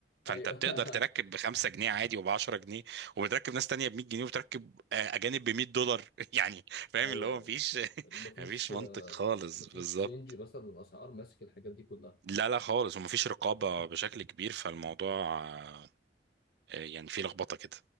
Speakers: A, on the right; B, on the left.
A: فانت
B: ايوه
A: بتقدر تركب
B: <laughs>
A: بخمسة جنيه عادي وب10 جنيه وبتركب ناس تانية ب 100 جنيه وبتركب آه، اجانب ب 100 دولار <laughs> يعني فاهم
B: ايوه
A: اللي هو مفيش <laughs>
B: مفيش
A: مفيش
B: آه،
A: منطق خالص
B: مفيش
A: بالظبط
B: رينج مثلا الاسعار ماسك الحاجات دي كلها
A: لا لا خالص ومفيش رقابة بشكل كبير فالموضوع آه، يعني فيه لخبطة كده